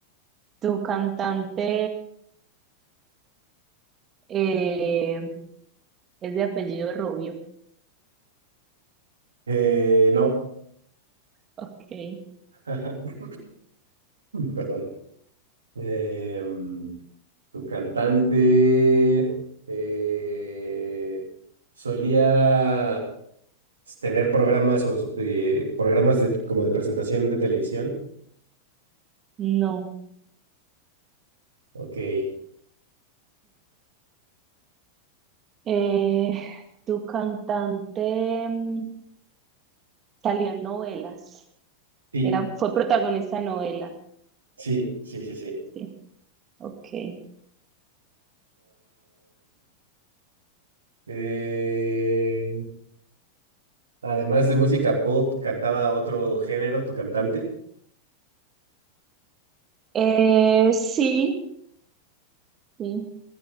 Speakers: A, on the right; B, on the right.
A: tu cantante eh, es de apellido Rubio.
B: Eh, no,
A: Ok,
B: <laughs> perdón. Em, tu cantante eh, solía tener programas o s- eh, programas de, como de presentación de televisión.
A: no.
B: Ok. eh,
A: Eh, tu cantante mm, salió en novelas.
B: sí,
A: Era, fue protagonista de novela.
B: sí, sí, sí, sí.
A: Sí, ok.
B: Eh, además de música pop, ¿cantaba otro género tu cantante?
A: Eh, sí, sí.